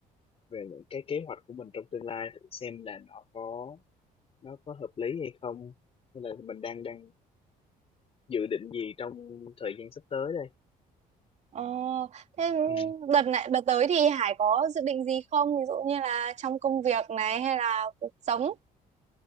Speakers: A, on the left; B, on the right.
A: về những cái kế hoạch của mình trong tương lai thử xem là nó có nó có hợp lý hay không hay là mình đang đang dự định gì trong thời gian sắp tới đây
B: Ờ, thế
A: ừ.
B: đợt này, đợt tới thì Hải có dự định gì không? Ví dụ như là trong công việc này hay là cuộc sống?